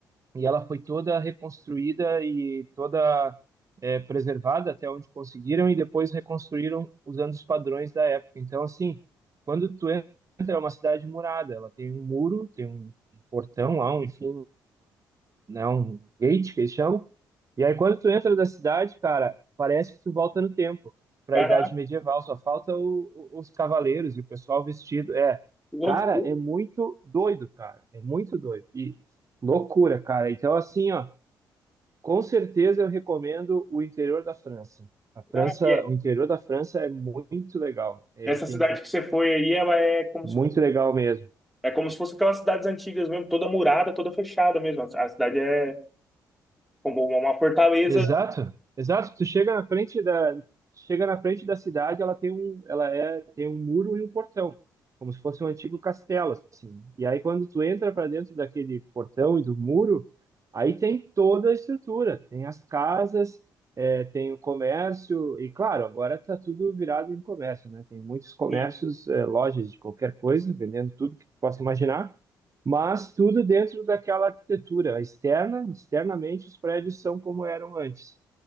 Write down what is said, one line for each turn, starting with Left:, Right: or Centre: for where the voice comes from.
Right: e ela foi toda reconstruída e toda é, preservada até onde conseguiram e depois reconstruíram usando os padrões da época. Então, assim, quando tu entra, é uma cidade murada, ela tem um muro, tem um portão lá, um, enfim, né, um gate que eles chamam. E aí quando tu entra da cidade, cara, parece que tu volta no tempo, para
Centre: Caraca,
Right: a idade medieval, só falta o- o- os cavaleiros e o pessoal vestido. É,
Centre: que loucura,
Right: cara, é muito doido, cara, é muito doido. E loucura, cara. Então assim, ó, com certeza eu recomendo o interior da França. A França,
Centre: cara. E é-
Right: o interior da França é muito legal. É,
Centre: Essa
Right: tem
Centre: cidade que você foi aí, ela é como
Right: muito
Centre: se,
Right: legal mesmo.
Centre: é como se fosse aquelas cidades antigas mesmo, toda murada, toda fechada mesmo. A a cidade é como uma fortaleza.
Right: Exato, exato. Tu chega na frente da, chega na frente da cidade, ela tem um, ela é, tem um muro e um portão, como se fosse um antigo castelo, assim. E aí quando tu entra para dentro daquele portão e do muro, aí tem toda a estrutura, tem as casas, é, tem o comércio e claro, agora tá tudo virado em comércio, né? Tem muitos comércios,
Centre: sim
Right: é, lojas de qualquer coisa vendendo tudo que tu possa imaginar mas tudo dentro daquela arquitetura externa, externamente os prédios são como eram antes,